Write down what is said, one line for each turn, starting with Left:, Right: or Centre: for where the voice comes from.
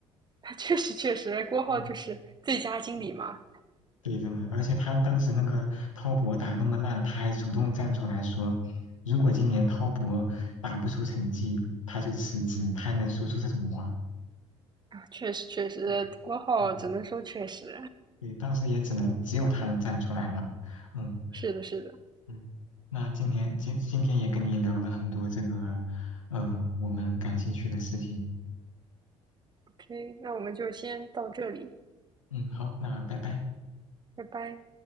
Right: 他 <laughs> 确实确实郭浩就是最佳经理嘛，
Left: 嗯，嗯对，真的，而且他当时那个滔博打那么烂，他还主动站出来说，如果今年滔博打不出成绩，他就辞职，他还能说出这种话。
Right: 确实确实郭浩只能说确实
Left: 嗯对，对，当时也只能只有他能站出来了。嗯
Right: <laughs> 是的是的。
Left: 嗯，那今年今今天也跟你聊了很多这个，呃，我们感兴趣的事情。
Right: OK，那我们就先到这里，
Left: 嗯，好，那拜拜。
Right: 拜拜。